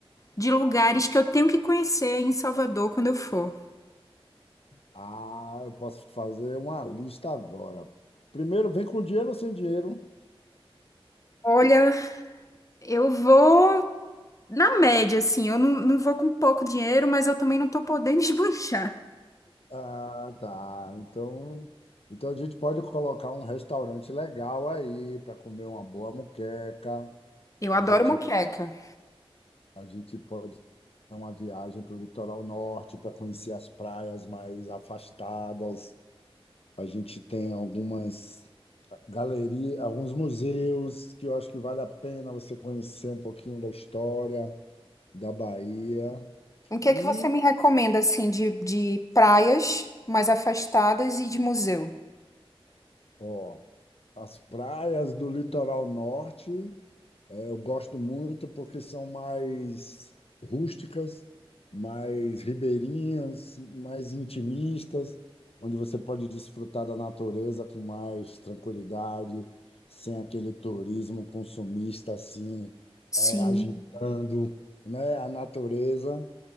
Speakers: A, on the left; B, on the left.
A: de lugares que eu tenho que conhecer em Salvador quando eu for.
B: Ah, eu posso fazer uma lista agora. Primeiro, vem com dinheiro ou sem dinheiro?
A: Olha, eu vou na média, assim. Eu não, não vou com pouco dinheiro, mas eu também não tô podendo <laughs> esbanjar.
B: Ah, tá. Então, então a gente pode colocar um restaurante legal aí para comer uma boa moqueca.
A: Eu
B: A
A: adoro
B: gente,
A: moqueca.
B: a gente pode fazer uma viagem para o litoral norte para conhecer as praias mais afastadas. A gente tem algumas galerias, alguns museus que eu acho que vale a pena você conhecer um pouquinho da história da Bahia.
A: O que
B: E,
A: é que você me recomenda, assim, de, de praias mais afastadas e de museu?
B: ó, as praias do litoral norte. É, Eu gosto muito porque são mais rústicas, mais ribeirinhas, mais intimistas, onde você pode desfrutar da natureza com mais tranquilidade, sem aquele turismo consumista assim,
A: Sim.
B: eh, agitando, né, a natureza.